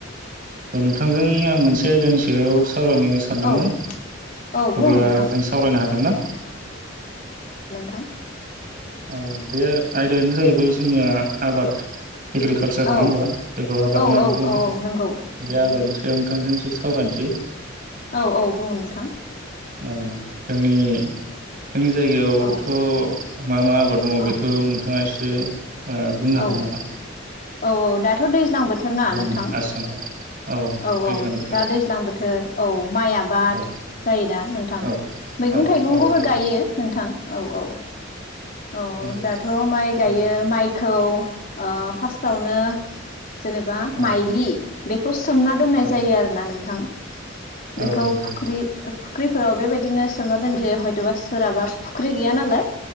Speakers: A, on the right; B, on the left.
A: औ नोंथांजों आं मोनसे आयदानि सायाव सावरायनो सानदोंमोन
B: औ औ बुं
A: अब्ला
B: नोंथां
A: जों सावरायनो हागोन ना?
B: थां
A: औ बे आयदायानो जाहैबाय जोंनिया आबाद एग्रिकालसार नङा
B: औ
A: होमबा जायखौ आबाद
B: औ
A: होननानै
B: औ
A: बुङो
B: औ नंगौ
A: बे आबादनि नोंथांजों एसे सावरायनोसै
B: औ औ बुं नोंथां
A: औ जोंनि जोंनि जायगायावथ'
B: औ
A: मा मा आबाद मावो बेखौ
B: औ
A: नोंथाङा एस से ओ बुंनो हागोन
B: औ
A: नामा?
B: औ औ दाथ' दै दैज्लां बोथोर ना
A: जोंनि
B: नोंथां
A: आसामाव
B: औ
A: दैज्लां
B: औ
A: बोथोर
B: दा दैज्लां बोथोर औ माइ आबाद
A: औ
B: जायोना नोंथां
A: औ
B: मैगं
A: औ
B: थाइगंखौबो
A: औ जायो
B: गायो नोंथां औ औ औ
A: नंगौ
B: दाथ' माइ गायो
A: औ
B: माइखौ औ ओ फास्थावनो जेनेबा
A: औ
B: माइलि खौ सोमना दोननाय
A: औ
B: जायो आरोना नोंथां
A: औ
B: बेखौ
A: नंगौ
B: फुख्रि
A: नोंथां
B: फुख्रिफोराव बेबायदिनो सोमना दोनदि हयथ'बा सोरहाबा फुख्रि गैया नालाय